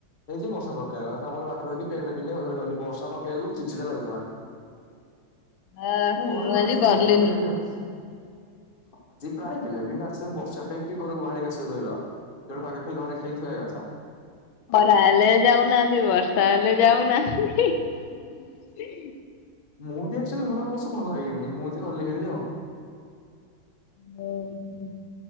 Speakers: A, on the left; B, on the left.
A: ହେଇଛି ବର୍ଷା ପକେଇଲା ତାପରେ ବାଟରେ ରହିକି ପନ୍ଟା ପିନ୍ଧିକି <unintelligible> ବର୍ଷା ପକେଇବାକୁ ଚିଡଚିଡ଼ା ଲାଗୁଥିଲା।
B: ଆ
A: ମୁଁ ଘରୁ ବାହାର
B: ଆଜି
A: ଯାଇଥିଲି
B: ଗଲିନି।
A: ତ ଗଲିଭରି ଆଉ ଆଜି ପ୍ରାୟ ପିଲାଟି ହେଲା। ସେ ବର୍ଷା ପାଇଁ କି ଘରକୁ ବାହାରିକି ଆସିବା କହ ଯୋଉ ପାଗ ଖ ଘରେ ଖାଇକି ଖୁଆବା କଥା।
B: <unintelligible> ଯାଉ ନାହାନ୍ତି ବର୍ଷା ହେଲେ ଯାଉ ନାହାନ୍ତି।
A: ମୁଁ <unintelligible> ଘର ସ ଭଲ ଲାଗେନି ମୁଁ ତ ଗଲି ହେ ଆଉ।
B: ହଁ ହ।